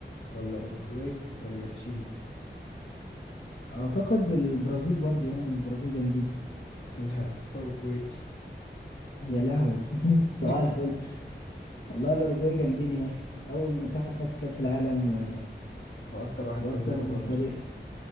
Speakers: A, on the left; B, on the left.
A: ولا اوروجواي ولا تشيلي
B: أعتقد البرازيل برضه يعني البرازيل جامدين
A: <laughs> لا اوروجواي
B: يا لهوي <laughs> صباح
A: <laughs>
B: الفل والله الأوروجواي جامدين يا أخي أول منتخب فاز كأس العالم و...
A: واكتر واحد
B: وأكتر
A: فاز بكوبا امريكا
B: فريق